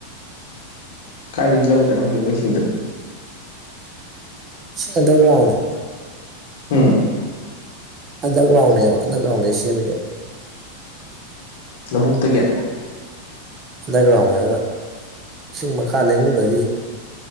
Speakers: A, on the left; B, on the right.
A: ꯀꯥꯏꯗꯒꯤ ꯂꯧ ꯖꯥꯠꯅꯣ ꯈꯪꯗꯦ ꯃꯣꯏꯁꯤꯡꯖꯨ <inaudible>
B: ꯁꯤ ꯑꯟꯗꯔꯒꯔꯥꯎꯟꯅꯦ
A: ꯎꯝ
B: ꯑꯟꯗꯔꯒ꯭ꯔꯥꯎꯟꯅꯦꯕ ꯑꯟꯗꯔꯒ꯭ꯔꯥꯎꯟꯗꯩ ꯁꯦꯝꯃꯤꯅꯦꯕ
A: ꯂꯕꯨꯨꯛꯇꯒꯤ
B: ꯑꯟꯗꯔꯒ꯭ꯔꯥꯎꯟ ꯍꯥꯏꯔꯒ ꯏꯁꯤꯡ ꯃꯈꯥ ꯂꯩꯅꯨꯡꯗꯒꯤ